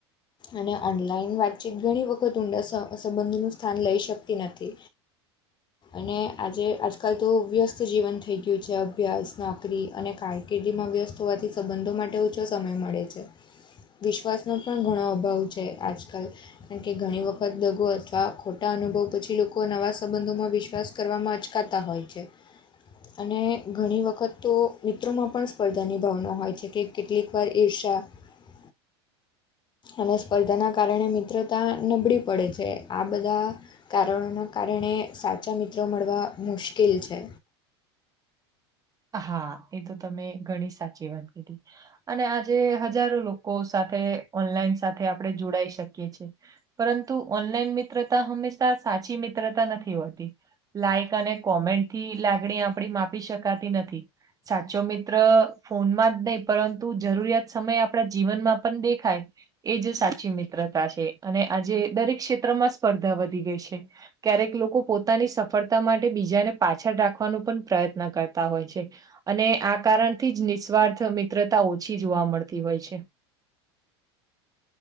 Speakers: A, on the left (about 35°); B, on the right (about 25°).
A: અને ઓનલાઈન વાતચીત ઘણી વખત ઊંડા સ સંબંધનું સ્થાન લઈ શકતી નથી. અને આજે આજકાલ તો વ્યસ્ત જીવન થઈ ગયું છે અભ્યાસ, નોકરી અને કારકિર્દીમાં વ્યસ્ત હોવાથી સંબંધો માટે ઓછો સમય મળે. વિશ્વાસનો પણ ઘણો અભાવ છે આજકાલ. કારણ કે ઘણી વખત દગો અથવા ખોટા અનુભવો પછી લોકો નવા સંબંધોમાં વિશ્વાસ કરવામાં અચકાતા હોય છે. અને ઘણી વખત તો મિત્રોમાં પણ સ્પર્ધાની ભાવના હોય છે કે કેટલીક વાર એ <unintelligible> અને સ્પર્ધાના કારણે મિત્રતા નબળી પડે છે. આ બધા કારણોના કારણે સાચા મિત્રો મળવા મુશ્કેલ છે.
B: હા એ તો તમે ઘણી સાચી વાત કીધી અને આજે હજારો લોકો કો સાથે ઓનલાઈન સાથે આપણે જોડાઈ શકીએ છીએ. પરંતુ ઓનલાઈન મિત્રતા હંમેશા સાચી મિત્રતા નથી હોતી. લાઈક અને કોમેન્ટ થી લાગણી આપડી માપી શકાતી નથી. સાચો મિત્ર ફોનમાં જ નહીં પરંતુ જરૂરિયાત સમય આપણા જીવનમાં પણ દેખાય. એ જ સાચી મિત્રતા છે અને આજે દરેક ક્ષેત્રમાં સ્પર્ધા વધી ગઈ છે. ક્યારેક લોકો પોતાની સફળતા માટે બીજાને પાછળ રાખવાનો પણ પ્રયત્ન કર તા હોય છે. અને આ કારણથી જ નિસ્વાર્થ મિત્રતા ઓછી જોવા મળતી હોય છે.